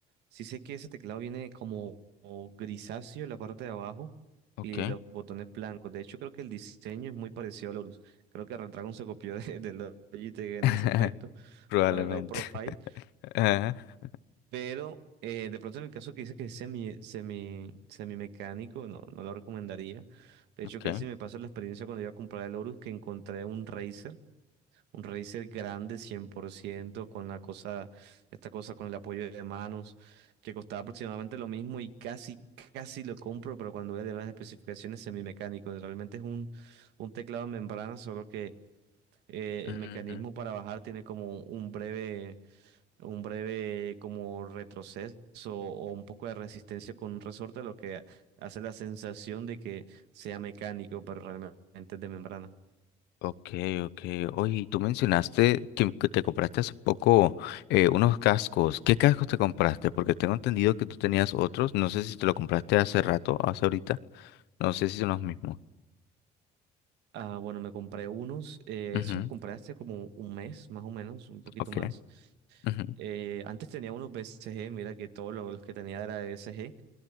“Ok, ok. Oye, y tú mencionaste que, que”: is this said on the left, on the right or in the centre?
Left